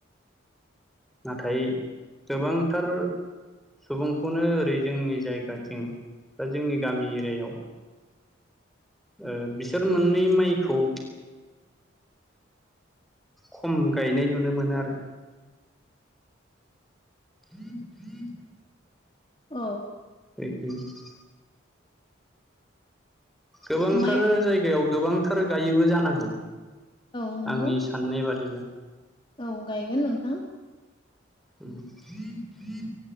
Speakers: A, in the centre; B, on the left (about 25°).
A: नाथाय गोबांथार सुबुंखौनो ओरै जोंनि जायगाथिं बा जोंनि गामि एरियायाव ओ बिसोर मोननै माइखौ खम गायनाय नुनो मोनो आरो <inaudible>
B: औ
A: <unintelligible> गोबांथार
B: माइ
A: जायगायाव गोबांथार गायोबो जानांगौ
B: औ नंगौ
A: आंनि सा साननाय बादिब्ला।
B: औ गायगोन नोंथां
A: बि